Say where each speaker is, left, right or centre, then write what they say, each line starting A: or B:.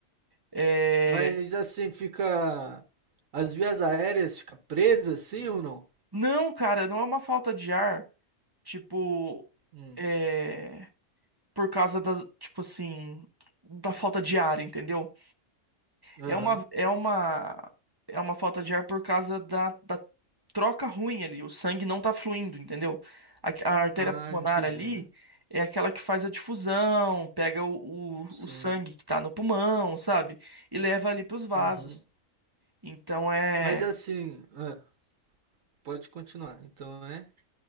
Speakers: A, on the right; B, on the right.
A: É,
B: mas assim, fica. As vias aéreas ficam presas, sim ou não?
A: Não, cara, não é uma falta de ar, tipo,
B: Hum.
A: é, por causa da, tipo assim, da falta de ar, entendeu?
B: Aham.
A: É uma, é uma, é uma falta de ar por causa da, da troca ruim ali, o sangue não tá fluindo, entendeu? A, a artéria
B: Ah,
A: pulmonar
B: entendi.
A: ali é aquela que faz a difusão, pega o, o,
B: Sim.
A: o sangue que tá no pulmão, sabe? E leva ali pros vasos.
B: Uhum.
A: Então é
B: Mas assim, ah, pode continuar. Então é.